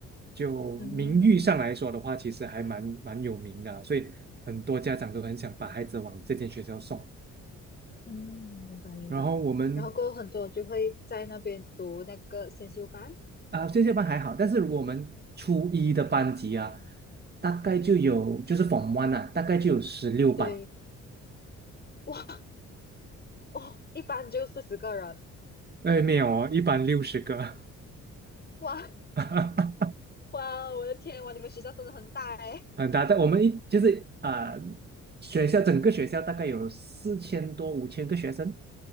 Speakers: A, on the right (about 35°); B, on the left (about 35°).
A: 就名誉上来说的话，
B: 嗯。
A: 其实还蛮蛮有名的啊所以很多家长都很想把孩子往这间学校送。
B: 嗯，明白明白。
A: 然后我们
B: 然后过后很多就会在那边读那个先修班，
A: 啊，线下班还好，但是我们初一的班级啊，大概就有就是 Form One 啊，大概就有十六班。
B: 对，哇哦，一班就四十个人，
A: 哎，没有哦，一班六十个，
B: 哇
A: <laughs>
B: 哇，我的天，哇，你们学校真的很大哎，
A: 很大。但我们一就是啊、呃学校整个学校大概有四千多五千个学生，